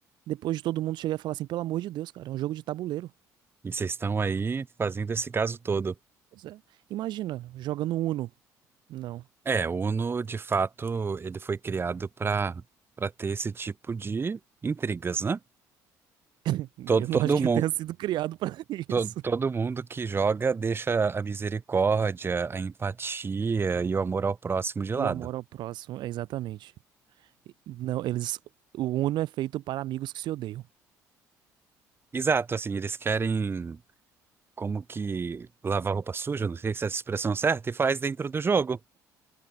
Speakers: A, on the right (about 70°); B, on the right (about 30°).
A: Depois de todo mundo chegar e falar assim, pelo amor de Deus, cara, é um jogo de tabuleiro.
B: E vocês estão aí fazendo esse caso todo.
A: Pois é. Imagina, jogando Uno. Não.
B: É, o Uno, de fato, ele foi criado para para ter esse tipo de intrigas, né?
A: <laughs>
B: Todo,
A: Eu
B: todo
A: não acho que
B: mundo,
A: ele tenha sido criado pra <laughs>
B: To-
A: isso.
B: Todo mundo que joga deixa a misericórdia, a empatia e o amor ao próximo de
A: E
B: lado.
A: o amor ao próximo, é exatamente. E- Não, eles. O Uno é feito para amigos que se odeiam.
B: Exato, assim, eles querem como que lavar roupa suja, não sei se é essa expressão certa, e faz dentro do jogo.